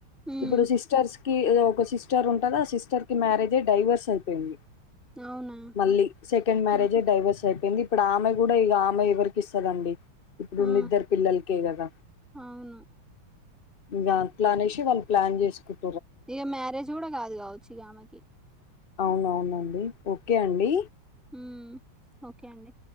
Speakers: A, in the centre; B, on the left.
A: ఉమ్
B: ఇప్పుడు సిస్టర్స్ కి ఒక సిస్టర్ ఉంటదా ఆ సిస్టర్ కి మ్యారేజే డైవోర్స్ అయిపేయింది.
A: అవునా
B: మళ్ళీ సెకండ్ మ్యారేజ్
A: ఆహా
B: డైవోర్స్ అయిపేయింది. ఎప్పుడు ఆమె కూడా ఇక ఆమె ఎవరికి ఇస్తదండి. ఇప్పుడున్న
A: ఆ
B: ఇద్దరు పిల్లలకే కదా
A: అవును
B: ఇగ అట్లా అనేసి వాళ్ళు ప్లాన్ చేసుకుర్
A: ఇగ మ్యారేజ్ కూడా కాదు కావచ్చు ఇగ ఆమెకి
B: అవునవునండి ఓకే అండి.
A: ఉమ్ ఓకే అండి